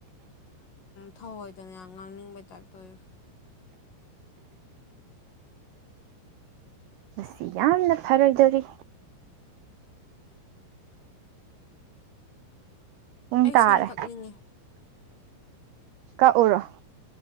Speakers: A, on the left; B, on the right.
A: ꯊꯧꯑꯣꯏꯗꯅ ꯌꯥꯝ ꯉꯥꯡꯅꯤꯡꯕꯩ ꯇꯥꯏꯞꯇ ꯑꯣꯏꯕ
B: ꯁꯤ ꯌꯥꯝꯅ ꯐꯔꯣꯏꯗꯧꯔꯤ ꯄꯨꯡ
A: ꯑꯩ
B: ꯇꯥꯔꯦ
A: ꯁꯝ ꯀꯛꯅꯤꯡꯉꯤ
B: ꯀꯛꯎꯔꯣ